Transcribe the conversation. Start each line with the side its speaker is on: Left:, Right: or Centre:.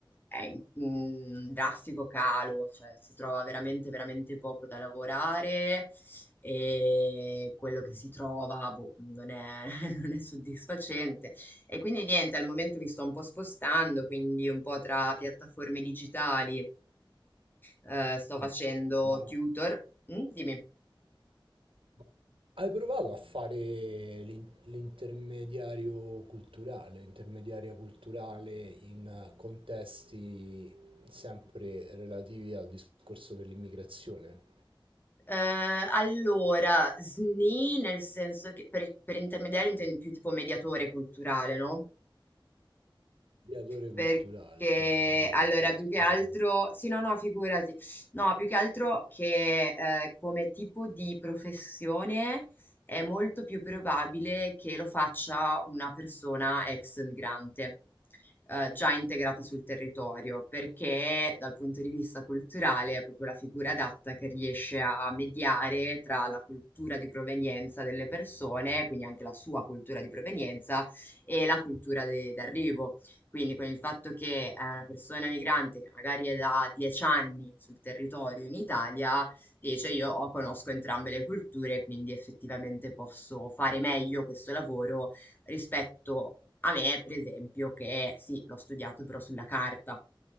Left: è in in drastico calo, cioè si trova veramente, veramente poco da lavorare e quello che
Right: mm,
Left: si trova, boh, non è <laughs> non è soddisfacente. E quindi niente, al momento mi sto un po' spostando, quindi un po' tra piattaforme digitali. Eh, sto
Right: mm.
Left: facendo
Right: ma...
Left: tutor. Mm, dimmi.
Right: Ma Hai provato a fare l'in- l'intermediario culturale, intermediaria culturale in eh, contesti sempre relativi al discorso dell'immigrazione?
Left: Eh, allora, SNI nel senso che per, per intermediario intendi più tipo mediatore culturale, no?
Right: Mediatore
Left: Perché
Right: culturale, sì, mediatore
Left: allora,
Right: culturale,
Left: più
Right: scusa.
Left: che altro, sì, no, no, figurati, no, più che altro che eh, come tipo di professione è molto più probabile che lo faccia una persona ex migrante, eh, già integrata sul territorio, perché dal punto di vista culturale è proprio la figura adatta che riesce a mediare tra la cultura di provenienza delle persone, quindi anche la sua cultura di provenienza, e la cultura de- d'arrivo. Quindi con il fatto che è una persona migrante che magari è da dieci anni sul territorio in Italia, dice io ho- conosco entrambe le culture, quindi effettivamente posso fare meglio questo lavoro rispetto a me, per esempio, che sì, l'ho studiato però sulla carta.